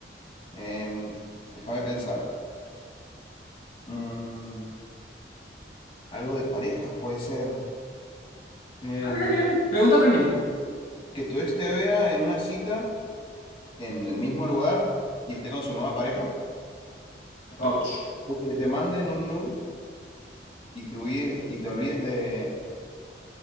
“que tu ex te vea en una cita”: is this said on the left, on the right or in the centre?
Left